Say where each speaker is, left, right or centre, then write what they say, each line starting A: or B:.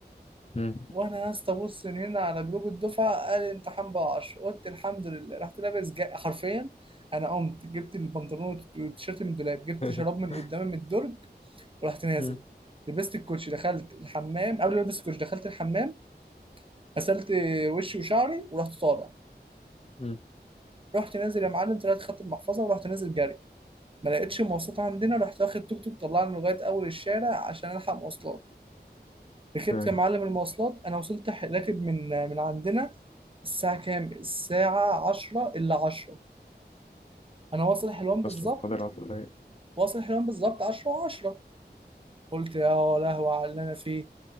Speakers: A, on the left; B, on the right.
A: مم.
B: وانا يا اسطى بص من هنا على جروب الدفعه قال الامتحان بقى 10 قلت الحمد لله رحت لابس جا... حرفيا انا قمت جبت البنطلون والتيشيرت من الدولاب جبت
A: <laughs>
B: شراب من قدام من الدرج ورحت نازل
A: مم.
B: لبست الكوتش دخلت الحمام قبل ما البس الكوتش دخلت الحمام غسلت وشي وشعري ورحت طالع
A: مم.
B: رحت نازل يا معلم طلعت خدت المحفظه ورحت نازل جري ما لقيتش مواصلات عندنا رحت واخد توك توك طلعني لغايه اول الشارع عشان الحق مواصلات ركبت
A: تمام.
B: يا معلم المواصلات انا وصلت ح- راكب من من عندنا الساعه كام الساعه 10 الا 10 انا واصل حلوان بالظبط
A: اصلا فاضل 10 دقايق
B: واصل حلوان بالظبط 10 و10 قلت يا لهوي على اللي انا فيه